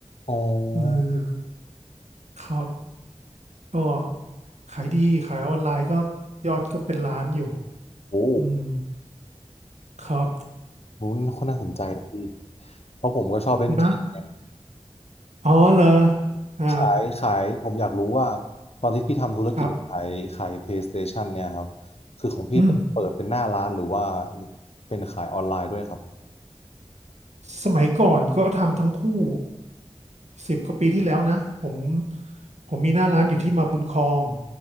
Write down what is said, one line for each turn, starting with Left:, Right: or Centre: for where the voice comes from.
Left: อ๋อ
Right: อืมครับ ก็ขายดีขายออนไลน์ก็ยอดก็เป็นล้านอยู่
Left: โอ้
Right: อืมครับ
Left: รู้นคนน่าสนใจดีเพราะผมก็ชอบเล่นเกมไง
Right: <laughs> นะอ๋อเหรออ่า
Left: ขายขายผมอยากรู้ว่าตอนที่พี่ทำธุรกิจขายขาย
Right: ครับ
Left: PlayStation เนี่ยครับคือของพี่เป็นเปิดเป็นหน้าร้านหรือว่า
Right: อืม
Left: เป็นขายออนไลน์ด้วยครับ
Right: สมัยก่อนก็ทำทั้งคู่สิบกว่าปีที่แล้วนะผมผมมีหน้าร้านอยู่ที่มาบุญครอง